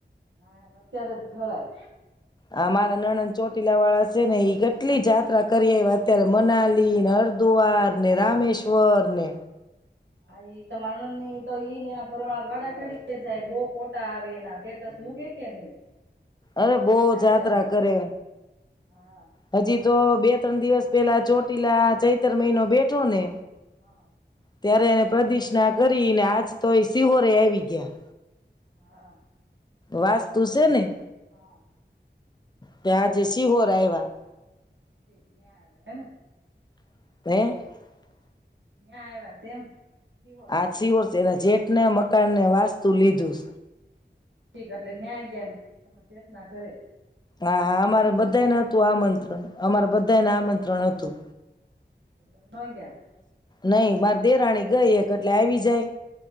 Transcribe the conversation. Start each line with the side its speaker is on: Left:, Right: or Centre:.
Right: હા મત્યારે થોરા
Left: આ મારા નણન ચોટીલા વાળા છે ને ઈ ગ કેટલી જાયાત્રા કરી એ વાત અત્યારે મનાલી ને હરિદ્વાર ને રામેશ્વર ને
Right: હા એ તમારા નની તો ઈને એના ઘરવાળા વાડા ખરીે છે બહ કોટા આવે એના ટસ મૂકે કે નહી
Left: અરે બહ
Right: છાત્રાના
Left: જાત્રા કરે
Right: હા
Left: હજી તો બે ત્રણ દિવસ પેલા ચોટીલા ચૈતર મહિનો બેઠો ને
Right: હા
Left: ત્યારે એને પ્રદષ્ણા કરીને આજ તો એ સિહોરે આવી ગયા
Right: હા
Left: વાસ
Right: એને
Left: તું
Right: કેવું
Left: છે નને
Right: હા
Left: ત્યાં જૈસી હો ર હ વા
Right: ઠીક ન ાર હ
Left: હ
Right: મે આયા વાસે એમ શિહોર
Left: આછી વ તેના જેટ ને મકાનને વાસ્તુ લીધું.
Right: ઠીક એટલે ન્યાય જ્ઞાન તમારે ચેતના કરે.
Left: હા અમારે બધાને હતું આમંત્રણ અમારે બધાને આમંત્રણ હતું.
Right: <inaudible> બંગ.
Left: નઈ બર દેરાણી ગઈ એક એટલે આવી જાય.